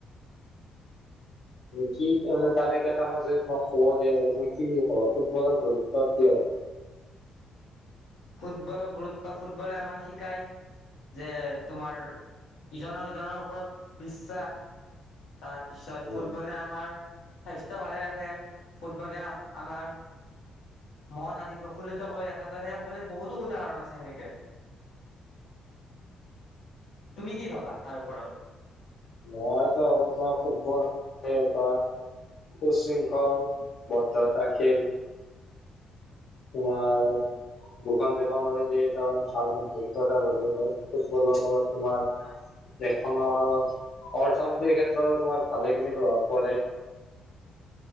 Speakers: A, on the left; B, on the left.
A: নেকি। ে তাৰে কেইটামান যদি তোমাক খবৰ দিয়া যায় তুমি কি খবা ফুটবলৰ গুৰুত্ব কিয়
B: ফুটবলৰ গুৰুত্ব ফুটবলে আমাক শিকায় যে তোমাৰ ইজনৰ জনৰ ওপৰত বিশ্ব বিশাস তাৰপিছত
A: উম,
B: ফুটবলে আমাৰ স্বাস্থ্য ভালে ৰাখে ফুটবলে আমাৰ মন আদি প্ৰফুল্লিত কৰি ৰাখা ত সেই সকলে বহুতো উদাহৰণ আছেনেকে তুমি কি ভাবা তাৰ ওপৰত
A: মইতোব তোমাৰ ফুটবল এটা উশৃংখল বদ্ধতা খেল তোমাৰ দুখন দেশৰ মাজতে এটা মানে ভাল বন্ধুত্ব এটা গঢ়ি ফুটবলৰ ওপৰত তোমাৰ দেশখনৰ অৰ্থনীতিৰ ক্ষেত্ৰত তোমাৰ ভালে খিনি প্ৰভাৱ পৰে